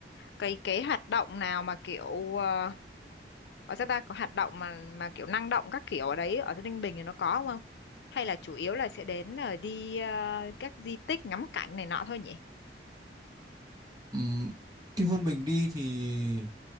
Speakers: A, on the left; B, on the right.
A: cái cái hoạt động nào mà kiểu à, Ở sao ta có hoạt động mà mà kiểu năng động các kiểu ở đấy ở thế Ninh Bình thì nó có không không? Hay là chủ yếu là sẽ đến ờ, đi ờ, các di tích ngắm cảnh này nọ thôi nhỉ?
B: Ừm, cái hôm mình đi thì